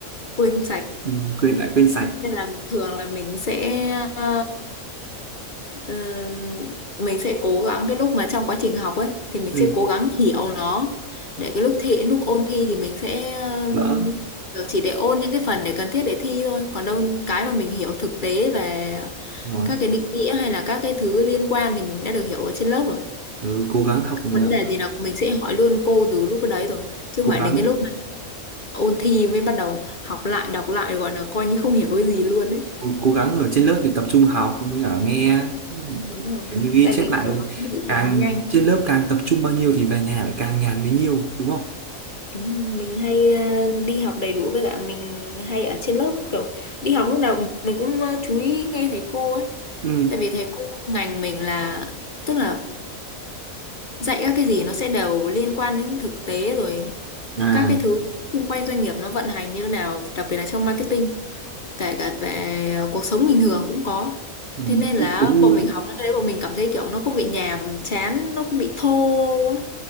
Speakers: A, on the left (about 40°); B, on the right (about 50°).
A: quên sạch
B: ừ, quên lại quên sạch
A: nên là thường là mình sẽ ờ, Ờ, mình sẽ cố gắng cái lúc mà trong quá trình học ấy thì mình
B: ừ.
A: sẽ cố gắng hiểu nó để cái lúc thi lúc ôn thi thì mình sẽ ờ,
B: đỡ
A: kiểu chỉ để ôn những cái phần để cần thiết để thi thôi còn đâu cái mà mình hiểu thực tế về
B: nói
A: các cái định nghĩa hay là các cái thứ liên quan thì mình đã được hiểu ở trên lớp rồi
B: ừ, cố gắng học
A: các vấn đề
B: ờ,
A: gì là mình sẽ hỏi luôn cô từ lúc đấy rồi chứ
B: cố
A: không phải
B: gắng
A: đến cái lúc mà ôn thi mới bắt đầu học lại đọc lại gọi là coi như không hiểu cái gì luôn đấy
B: cố, cố gắng ở trên lớp thì tập trung học mới cả nghe
A: đúng rồi
B: kiểu như ghi
A: tại
B: chép
A: vì
B: lại
A: kiểu nó cũng bị
B: càng
A: nhanh
B: trên lớp càng tập trung bao nhiêu thì về nhà lại càng nhàn bấy nhiêu đúng không
A: Đúng rồi, mình hay ờ, đi học đầy đủ với cả mình hay ở trên lớp kiểu đi học lúc nào mình cũng ờ, chú ý nghe thầy cô ấy
B: ừ
A: tại vì thầy cô ngành mình là tức là dạy các cái gì nó sẽ đều liên quan đến thực tế rồi
B: à
A: các cái thứ xung quanh doanh nghiệp nó vận hành như thế nào đặc biệt là trong marketing kể cả về cuộc sống bình thường cũng có
B: ừ.
A: thế nên
B: thế
A: là
B: kiểu như
A: bọn mình học những cái đấy bọn mình cảm thấy kiểu nó không bị nhàm chán nó không bị thô á